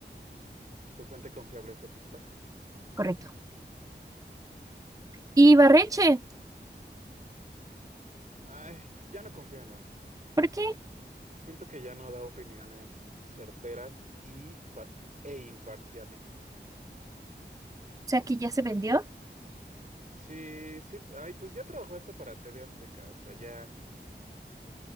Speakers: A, on the right (about 45°); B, on the right (about 20°).
A: ¿Tu fuente confiable fue TikTok?
B: Correcto. Y Barreche,
A: Ay, ya no confío en él.
B: ¿por qué? O
A: Siento que ya no da opiniones certeras y pa- e imparciales.
B: sea, que ya se vendió.
A: Sí, sí, ay, pues ya trabajó hasta para TV Azteca, o sea, ya,